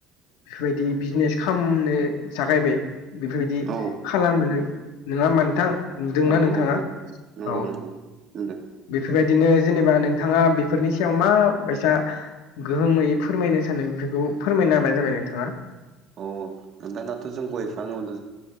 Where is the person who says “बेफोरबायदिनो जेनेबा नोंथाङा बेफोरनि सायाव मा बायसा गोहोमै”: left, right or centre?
Left